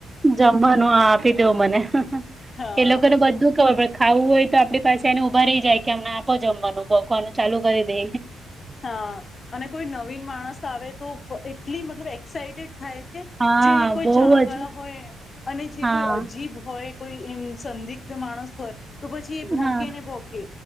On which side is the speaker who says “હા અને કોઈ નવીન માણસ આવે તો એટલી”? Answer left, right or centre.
Left